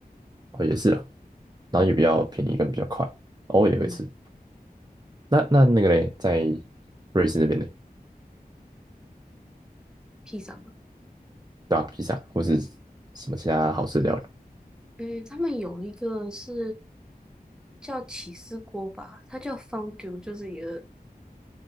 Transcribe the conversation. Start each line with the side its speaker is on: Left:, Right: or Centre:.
Right: 哦，也是啦，然后也比较便宜跟比较快。偶尔也会吃。
Centre: 嗯，
Right: 那那那个嘞，在瑞士那边嘞，
Centre: 披萨嘛，
Right: 对吧、披萨或是什么其他好吃的料理？
Centre: 嗯，他们有一个是叫起司锅吧，它叫 fondue，就是一个